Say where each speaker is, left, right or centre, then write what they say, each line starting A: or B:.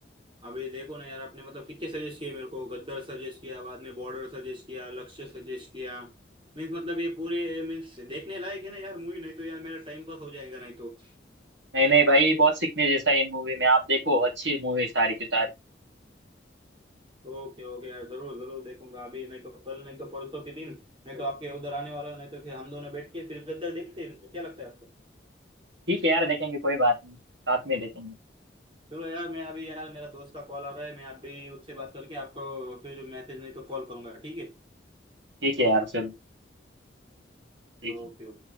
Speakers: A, on the right (about 25°); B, on the right (about 75°).
A: अभी देखो ना यार आपने मतलब कितने सजेस्ट किए मेरे को गद्दर सजेस्ट किया बाद में बॉर्डर सजेस्ट किया लक्ष्य सजेस्ट किया मीन्स मतलब ये पूरे मीन्स देखने लायक है ना यार मूवी नहीं तो यार मेरा टाइम पास हो जाएगा नहीं तो
B: नहीं नहीं भाई बहुत सीखने जैसा है इन मूवी में आप देखो अच्छी मूवी सारी की सारी
A: ओके ओके यार जरूर जरूर देखूंगा अभी नहीं तो कल नहीं तो परसों के दिन नहीं तो आपके उधर आने वाला नहीं तो फिर हम दोनों बैठ के फिर गद्दार देखते हैं क्या लगता है आपको
B: ठीक है यार देखेंगे कोई बात नहीं साथ में देखेंगे
A: चलो यार मैं अभी यार मेरा दोस्त का कॉल आ रहा है मैं अभी उससे बात करके आपको फिर मैसेज नहीं तो कॉल करूंगा ठीक है
B: ठीक है यार चलो ठीक
A: ओके
B: है